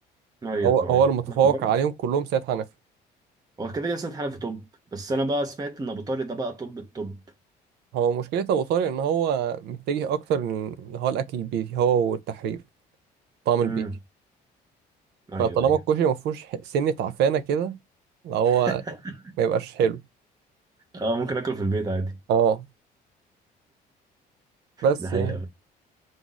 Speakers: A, on the right; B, on the right.
A: ايوه
B: هو
A: ايوه
B: هو المتفوق
A: لا برضه
B: عليهم كلهم سيد حنفي
A: هو كده كده سيد حنفي توب بس انا بقى سمعت ان ابو طارق ده بقى توب التوب
B: هو مشكله ابو طارق ان هو متجه اكتر لل- اللي هو الاكل البيتي هو والتحرير طعم البيتي
A: امم ايوه
B: فطالما
A: ايوه
B: الكشري ما فيهوش ح- سنه تعفانه كده اللي هو
A: <laughs>
B: ما يبقاش حلو
A: اه ممكن اكله في البيت عادي
B: اه بس
A: ده حقيقه
B: يعني